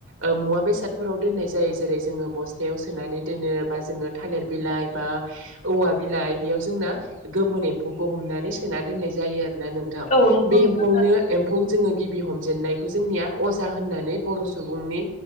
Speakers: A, on the right; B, on the left.
A: ओ मुवा बेसादफोराव दोननाय जायो जेरै जोङो बस्थायाव सोनानै दोनो बा जोङो थालिर बिलाइ बा औवा बिलाइ बेयाव जोंना गोमोन एम्फौखौ हमनानै सोना दोननाय जायो आरोना नों थां
B: औ नंगौ
A: बे
B: नोंथां
A: एम्फौनो एम्फौ जोङो गिबि हमजेनन्नायखौ जोंनिया अजा होननानै बर' सुबुंनि